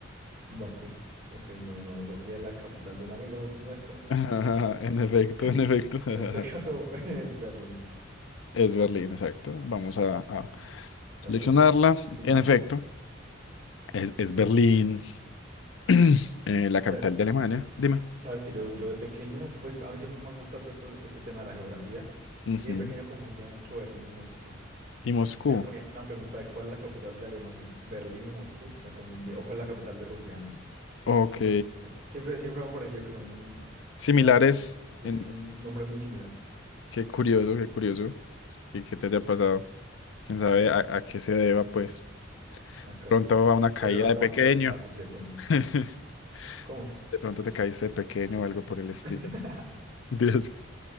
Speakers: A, on the right; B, on the left.
A: Bakú. Ok, no, no, Sofía es la capital de un amigo nuestro.
B: <laughs>
A: <laughs>
B: En efecto, en efecto. <laughs>
A: En este caso <laughs> es Berlín.
B: Es Berlín, exacto. Vamos a,
A: Sí,
B: a seleccionarla.
A: La estuvo simple.
B: En efecto, es, es Berlín, <clears throat> eh, la capital
A: Ya,
B: de Alemania. Dime.
A: Sabes que yo, yo de pequeño, pues a mí siempre me han gustado todo esto, este tema de la geografía,
B: Ujú.
A: y de pequeño confundía mucho Berlín y Moscú. <laughs>
B: Y Moscú.
A: Si me ponían una pregunta de cuál es la capital de Alemania, Berlín y Moscú, me confundía, o cuál es la capital de Rusia, ambas,
B: Ok.
A: me confundía. Siempre, siempre me ha parecido que son
B: Similares.
A: ciudades que, que tienen
B: En,
A: un nombre muy similar.
B: qué curioso, qué curioso. Y qué te haya pasado? ¿Quién sabe a, a qué se deba, pues?
A: Acá,
B: Pronto
A: eh,
B: va una caída
A: Cerebro,
B: de
A: ¿cómo
B: pequeño.
A: hace esas asociaciones?
B: <laughs>
A: ¿Cómo?
B: De pronto te caíste de pequeño o algo por el estilo.
A: <laughs>
B: <laughs> Dios.